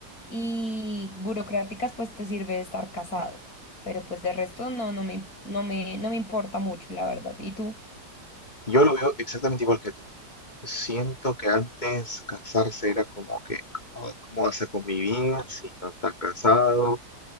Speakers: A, on the left; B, on the left.
A: y burocráticas, pues te sirve estar casado. Pero pues de resto no, no me, no me, no me importa mucho, la verdad. ¿Y tú?
B: Yo lo veo exactamente igual que tú. Siento que antes casarse era como que, "Ah, ¿cómo vas a convivir si no estás casado?